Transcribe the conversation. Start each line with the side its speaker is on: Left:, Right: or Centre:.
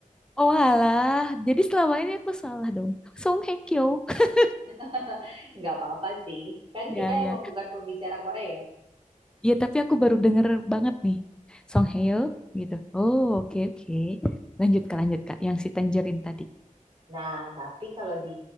Centre: Oh alah, jadi selama ini aku salah dong. Song Hye Kyo. <laughs>
Right: <laughs> Nggak apa-apa sih. Kan
Centre: Iya
Right: kita
Centre: iya.
Right: emang bukan pembicara Korea.
Centre: Iya, tapi aku baru denger banget nih. Song Hye-yo gitu. Oh, oke oke. Lanjut Kak, lanjut Kak. Yang si Tangerine tadi.
Right: Nah, tapi kalau di